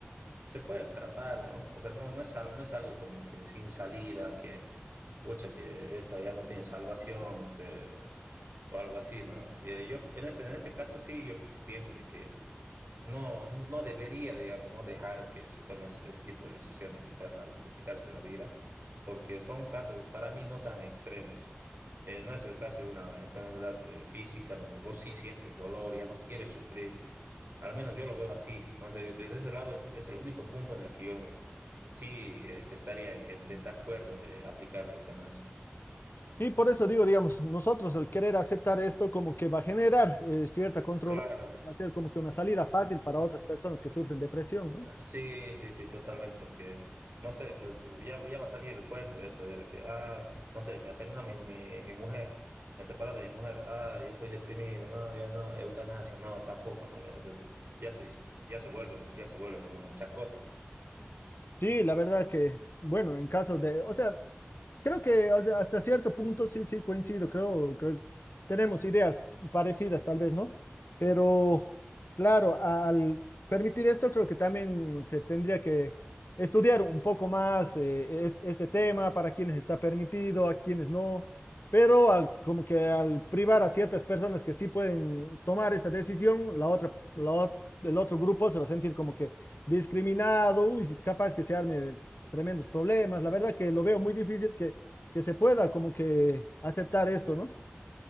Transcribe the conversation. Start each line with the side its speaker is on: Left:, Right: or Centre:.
Right: se pueden tratar, ¿no? O sea, no, no, es, algo, no es algo como que sin salida, que pucha, que esta ya no tiene salvación, se, o algo así, ¿no? Eh, yo en ese, en ese caso sí, yo pienso de que no, no debería, digamos, no dejar que se tome ese, ese tipo de decisión de, quitar la, de quitarse la vida, porque son casos para mí no tan extremos. Eh, no es el caso de una enfermedad eh, física donde vos sí sientes dolor, ya no quieres sufrir. Al menos yo lo veo así. ¿no? Sé, desde ese lado es, es, el único punto en el que yo sí este, estaría en, en desacuerdo de aplicar la eutanasia.
Left: Y por eso digo, digamos, nosotros al querer aceptar esto como que va a generar eh, cierta controversia,
Right: Claro,
Left: va a ser como que una salida fácil para
Right: Mm,
Left: otras personas que sufren depresión, ¿no?
Right: sí, sí, sí, totalmente, porque, no sé, pues ya, ya va a salir el cuento ese de que, ah, no sé, me termina mi, mi, mi mujer, me separa de mi mujer, ay, estoy deprimido, no, ya no, eutanasia, no, tampoco, no, ve, eso sí, ya se, ya se vuelve, un- ya se vuelve como una chacota.
Left: Sí, la verdad que, bueno, en caso de, o sea, Creo que o sea, hasta cierto punto sí, sí, coincido. Creo que tenemos ideas parecidas, tal vez, ¿no? Pero, claro, al permitir esto, creo que también se tendría que estudiar un poco más eh, es- este tema, para quienes está permitido, a quienes no. Pero al, como que al privar a ciertas personas que sí pueden tomar esta decisión, la otra, la, ot- el otro grupo se va a sentir como que discriminado, uy, si capaz que se arme tremendos problemas. La verdad que lo veo muy difícil que, que se pueda como que aceptar esto, ¿no?